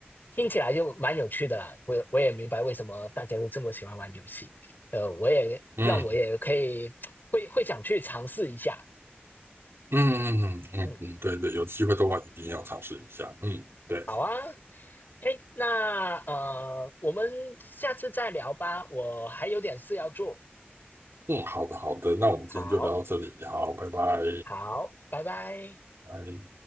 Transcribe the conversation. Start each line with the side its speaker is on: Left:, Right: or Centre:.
Left: 听起来就蛮有趣的啦。我也我也明白为什么大家都这么喜欢玩游戏，呃，我也让我也可以会会想去尝试一下，
Right: 嗯嗯嗯嗯嗯嗯，
Left: 嗯。
Right: 对对，有机会的话一定要尝试一下。嗯，对。
Left: 好啊，哎，那呃，我们下次再聊吧，我还有点事要做。
Right: 嗯，好的，好的，那我们今天就聊到这里，
Left: 好，
Right: 好，拜拜，
Left: 好，拜拜。
Right: 拜。